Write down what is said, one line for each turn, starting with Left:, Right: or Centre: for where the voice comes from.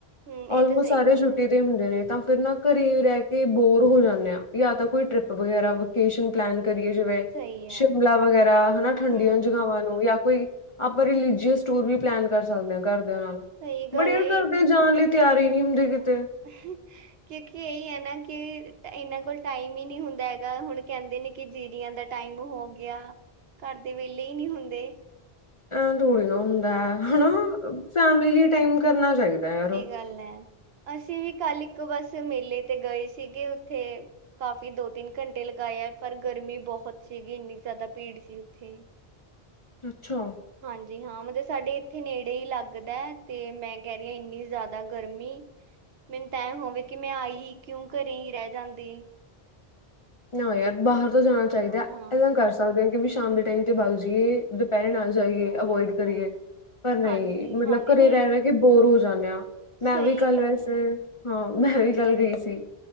Right: ਹੂੰ ਇਹ
Left: ਆਲਮੋਸਟ
Right: ਤਾਂ ਸਹੀ
Left: ਸਾਰੇ
Right: ਗੱਲ
Left: ਛੁੱਟੀ
Right: ਹੈ।
Left: ਹੁੰਦੇ ਨੇ, ਤਾਂ ਫਿਰ ਨਾ ਘਰੇ ਰਹਿ ਕੇ ਬੋਰ ਹੋ ਜਾਂਦੇ ਆ, ਜਾਂ ਤਾਂ ਕੋਈ ਟਰਿਪ ਵਗੈਰਾ ਵਿਕੈਸ਼ਨ ਪਲੈਨ ਕਰੀਏ ਜਿਵੇਂ,
Right: ਸਹੀ ਹੈ
Left: ਸ਼ਿਮਲਾ ਵਗੈਰਾ ਹਨਾ ਠੰਡੀਆਂ
Right: ਹੂੰ
Left: ਜਗ੍ਹਾਵਾਂ ਨੂੰ ਜਾਂ ਕੋਈ ਆਪਾਂ ਰਲੀਜੀਅਸ ਟੂਰ ਵੀ ਪਲੈਨ ਕਰ ਸਕਦੇ ਹਾਂ ਘਰਦਿਆਂ ਨਾਲ,
Right: ਸਹੀ ਗੱਲ
Left: ਬਟ ਯਾਰ
Right: ਹੈ ਇਹ
Left: ਘਰਦੇ ਜਾਣ ਲਈ ਤਿਆਰ ਹੀ ਨਹੀਂ ਹੁੰਦੇ ਕਿਤੇ
Right: ਅ <unintelligible> ਕਿਉਂਕਿ ਇਹੀ ਹੈ ਨਾ ਕਿ, ਇਹਨਾਂ ਕੋਲ ਟਾਈਮ ਹੀ ਨਹੀਂ ਹੁੰਦਾ ਹੈਗਾ, ਹੁਣ ਕਹਿੰਦੇ ਨੇ ਕਿ ਜੀਰੀਆਂ ਦਾ ਟਾਈਮ ਹੋ ਗਿਆ, ਘਰ ਦੇ ਵੇਲੇ ਹੀ ਨਹੀਂ ਹੁੰਦੇ
Left: ਐਂ ਥੋੜੀ ਨਾ ਹੁੰਦਾ ਹੈ, ਹਨਾ, ਫੈਮਲੀ ਲਈ ਟਾਈਮ ਕਰਨਾ ਚਾਹੀਦਾ ਯਾਰ
Right: ਕਰਲੈ ਅਸੀਂ ਵੀ ਕੱਲ ਇੱਕ ਬਸ ਮੇਲੇ ਤੇ ਗਏ ਸੀਗੇ ਉੱਥੇ ਕਾਫ਼ੀ ਦੋ ਤਿੰਨ ਘੰਟੇ ਲਗਾਏ ਆਏ, ਪਰ ਗਰਮੀਂ ਬਹੁਤ ਸੀਗੀ ਇੰਨੀ ਜ਼ਿਆਦਾ ਭੀੜ ਸੀ ਉੱਥੇ
Left: ਅੱਛਾ
Right: ਹਾਂਜੀ ਹਾਂ, ਮਤਲਬ ਸਾਡੇ ਇੱਥੇ ਨੇੜੇ ਹੀ ਲੱਗਦਾ, ਤੇ ਮੈਂ ਕਹਿ ਰਹੀ ਹਾਂ ਇੰਨੀ ਜ਼ਿਆਦਾ ਗਰਮੀਂ ਮੈਨੂੰ ਤਾਂ ਐਵੇ ਹੋਵੇ ਕਿ ਮੈਂ ਆਈ ਹੀ ਕਿਉਂ, ਘਰੇ ਹੀ ਰਹਿ ਜਾਂਦੀ
Left: ਨਾ ਯਾਰ, ਬਾਹਰ ਤੋਂ ਜਾਣਾ ਚਾਹੀਦਾ,
Right: ਹਾਂ।
Left: ਇਦਾਂ ਨਾਂ ਕਰ ਸਕਦੇ ਹਾਂ ਕਿ ਵੀ ਸ਼ਾਮ ਦੇ ਟਾਈਮ ਤੇ ਬਗ ਜਾਈਏ, ਦੁਪਹਿਰੇ ਨਾਲ ਜਾਈਏ, ਅਵੋਇਡ ਕਰੀਏ ਪਰ ਨਹੀਂ,
Right: ਹਾਂਜੀ
Left: ਮਤਲਬ
Right: ਹਾਂਜੀ
Left: ਘਰੇ
Right: ਨਹੀਂ
Left: ਰਹਿ- ਰਹਿ ਕੇ ਬੋਰ ਹੋ ਜਾਂਦੇ ਆ, ਮੈਂ
Right: ਸਹੀ
Left: ਵੀ ਕੱਲ
Right: ਗੱਲ
Left: ਵੈਸੇ
Right: ਹੈ।
Left: ਹਾਂ, ਮੈਂ ਵੀ ਕੱਲ ਗਈ ਸੀ